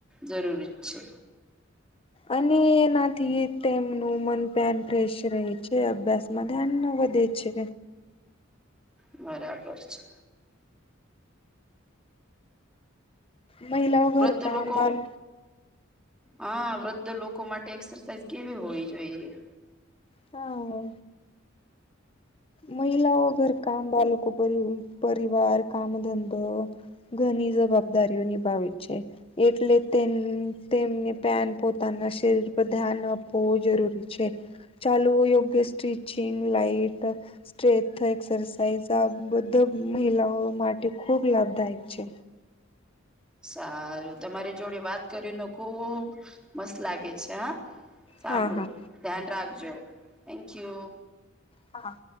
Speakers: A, in the centre; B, on the left.
A: જરૂરી છે.
B: અને એનાથી તેમનું મન પન ફેશ રહે છે, અભ્યાસમાં ધ્યાન ન વધે છે.
A: બરાબર છે.
B: મહિલાઓ ઘરકામ
A: વૃદ્ધ લોકો
B: બાળ
A: હા વૃદ્ધ લોકો માટે એક્સરસાઇઝ કેવી હોવી જોઈએ?
B: હા. મહિલાઓ ઘર કામ બાળકો પર પરિવાર કામ, ધંધો ઘણી જવાબદારીઓ નિભાવે છે. એટલે તેમ તેમને પ્યાન પોતાના શરીર પર ધ્યાન આપવુ જરૂરી છે. ચાલવુ, યોગ્ય સ્ટિચિંગ લાઈટ સ્ટ્રેથ એક્સરસાઇઝ આ બધું મહિલાઓ માટે ખૂબ લાભદાયક છે.
A: સારું તમારી જોડે વાત કરીને ખુબ મસ્ત લાગે છે. હા. સાંભળો
B: હા હા.
A: ધ્યાન રાખજો થેન્ક યુ.
B: હા.